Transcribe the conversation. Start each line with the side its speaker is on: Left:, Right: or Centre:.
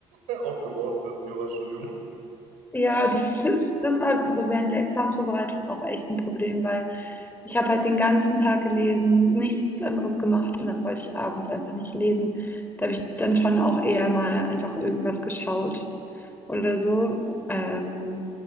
Right: <laughs> aufgebraucht fürs Jurastudium.
Left: Ja, das, ist- das war so während der Examsvorbereitung auch echt ein Problem, weil ich habe halt den ganzen Tag gelesen, nichts anderes gemacht und dann wollte ich abends einfach nicht lesen. Da habe ich dann schon auch eher mal einfach irgendwas geschaut oder so. Ähm,